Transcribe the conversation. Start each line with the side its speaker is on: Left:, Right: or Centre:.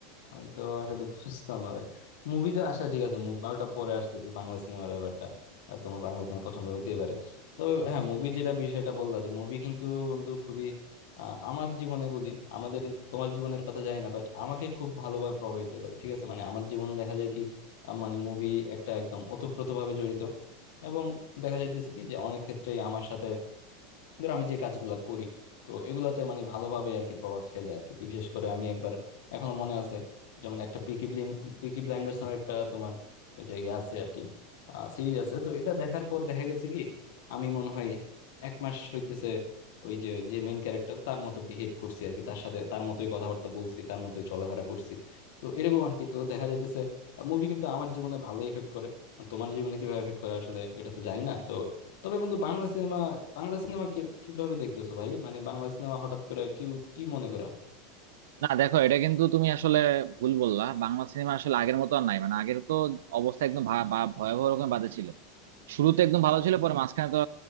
Left: আমি তো আসলে বুঝতাম না ভাই মুভি তো আচ্ছা ঠিক আছে মুভি ওটা পরে আসতেছে বাংলা সিনেমার ব্যাপারটা আর তোমার বাংলা সিনেমা পছন্দ হইতেই পারে তবে হ্যাঁ মুভি যেটা বিষয়টা বললা যে মুভি কিন্তু বন্ধু খুবই আহ, আমার জীবনে বলি আমাদের তোমার জীবনের কথা জানি না বাট আমাকে খুব ভালোভাবে প্রভাবিত করে ঠিক আছে মানে আমার জীবনে দেখা যায় কি আহ, মানে মুভি একটা একদম ওতপ্রোতভাবে জড়িত এবং দেখা যাইতেছে কি যে অনেক ক্ষেত্রেই আমার সাথে ধরো আমি যে কাজগুলা করি তো এগুলাতে মানে ভালোভাবে আর কি প্রভাব ফেলে আর কি বিশেষ করে আমি একবার এখনো মনে আছে যেমন একটা পিকি ব্লিন পিকি ব্লাইন্ডার্স নামের একটা তোমার ওই যে ইয়ে আছে আর কি সিরিজ আছে তো এটা দেখার পর দেখা গেছে কি আমি মনে হয় এক মাস হইতেছে ওই যে যে মেইন ক্যারেক্টার তার মতো বিহেভ করছি আর কি তার সাথে তার মতোই কথাবার্তা বলছি তার মতোই চলাফেরা করছি তো এরকম আর কি তো দেখা যাইতেছে মুভি কিন্তু আমার জীবনে ভালো এফেক্ট করে আর তোমার জীবনে কিভাবে এফেক্ট করে আসলে এটা তো জানি না তো তবে বন্ধু বাংলা সিনেমা বাংলা সিনেমা কিভাবে দেখতেছো ভাই মানে বাংলা সিনেমা হঠাৎ করে কি কি মনে করা
Right: না দেখো এটা কিন্তু তুমি আসলে ভুল বললা বাংলা সিনেমা আসলে আগের মতো আর নাই মানে আগের তো অবস্থা একদম ভা- ভা- ভয়াবহ রকম বাজে ছিল শুরুতে একদম ভালো ছিল পরে মাঝখানে তো